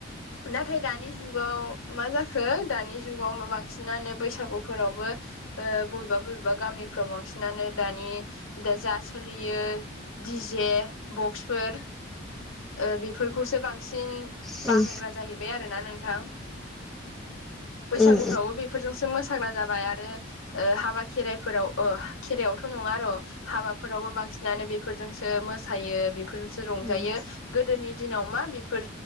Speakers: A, on the left; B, in the centre.
A: नाथाय दानि जुगाव मा जाखो दानि जुगाव बांसिनानो बैसागुफोरावबो ओ बबेबा बबेबा गामिफ्राव बांसिनानो दानि दा जा सोलियो डि जे बक्स फोर ओ बेफोरखौसो बांसिन
B: उम
A: बाहायग्रा जाहैबाय आरोना नोंथां बैसागोफ्रावबो
B: उम
A: बेब फोरजोंसो मोसाग्रा जाबाय आरो ओ हाबा खेराइफोराव ओ खेराइयावथ' नङा र'। हाबाफोरावबो बांसिनानो बेफोरजोंसो मोसायो बेफोरजोंसो
B: उम
A: रंजायो। गोदोनि दिनाव मा बेफोर